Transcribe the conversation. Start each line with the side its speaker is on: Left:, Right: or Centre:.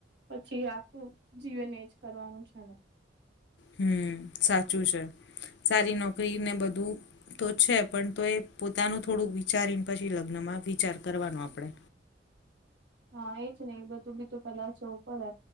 Right: પછી આખું જીવન એજ કરવાનું છે ને.
Left: હમ્મ સાચું છે સારી નોકરી ને બધું તો છે પણ તો એ પોતાનું થોડુંક વિચારીને પછી લગ્નમાં વિચાર કરવાનો આપણે
Right: હા એજ ને એ બધું બી તો પેલા જોવું પડે